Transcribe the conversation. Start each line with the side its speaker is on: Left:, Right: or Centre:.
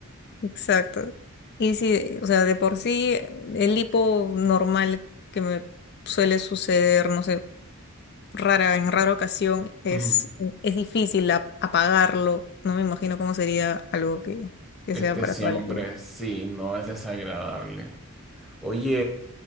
Left: exacto. Y sí, o sea, de por sí, el hipo normal que me suele suceder, no sé rara, en rara ocasión, es,
Centre: <laughs> Ujú.
Left: es difícil a- apagarlo. No me imagino cómo sería algo que, que
Centre: Este
Left: sea para
Centre: siempre,
Left: toda la vida.
Centre: sí, no es desagradable. Oye,